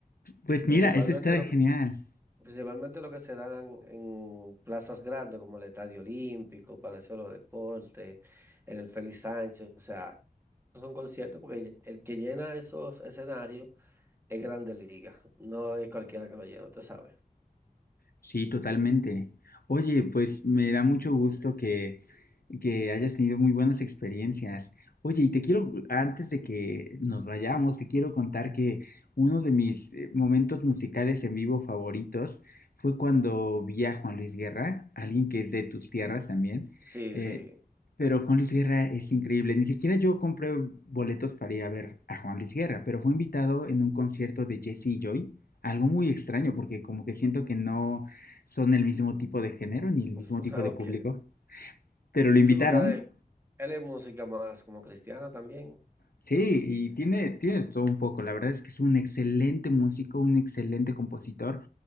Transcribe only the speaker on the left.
Pues
mira, eso está
genial.
Sí, totalmente. Oye, pues me da mucho gusto que, que hayas tenido muy buenas experiencias. Oye, y te quiero, antes de que nos vayamos, te quiero contar que uno de mis eh, momentos musicales en vivo favoritos fue cuando vi a Juan Luis Guerra, alguien que es de tus tierras también.
eh,
pero Juan Luis Guerra es increíble. Ni siquiera yo compré boletos para ir a ver a Juan Luis Guerra, pero fue invitado en un concierto de Jesse y Joy. Algo muy extraño porque como que siento que no son el mismo tipo de género ni
el mismo
tipo
de público,
pero lo invitaron.
Sí, y tiene, tiene todo un poco. La verdad es que es un excelente músico, un excelente compositor